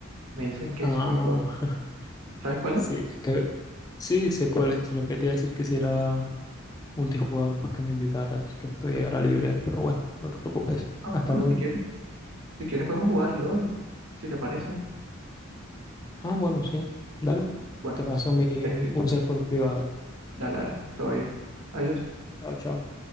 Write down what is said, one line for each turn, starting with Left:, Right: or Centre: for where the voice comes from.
Right: Me dicen que
Left: Ah,
Right: es muy bueno. ¿Sabes
Left: <laughs>
Right: cuál
Left: sí,
Right: es?
Left: es que sí, sé cuál es, sino que te iba a decir que si era multijugador, pues que me invitaras, que estoy ahora libre, pero bueno, no te preocupes.
Right: Ah,
Left: Hasta
Right: bueno,
Left: luego.
Right: si quieres, si quieres podemos jugar LOL, si te parece.
Left: Ah, bueno, sí, dale.
Right: Bueno,
Left: Te paso mi
Right: te escribo.
Left: user por privado.
Right: Dale, dale. Todo bien. Adiós.
Left: Chao, chao.